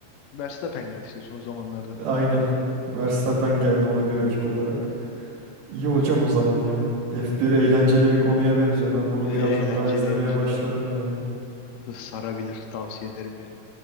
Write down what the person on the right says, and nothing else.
Aynen. Verstappen geldi ona bir rakip olarak. İyi hocam o zaman ya. F1 eğlenceli
bir konuya benziyor. Ben bunu
birazcık daha izlemeye
başlarım yani.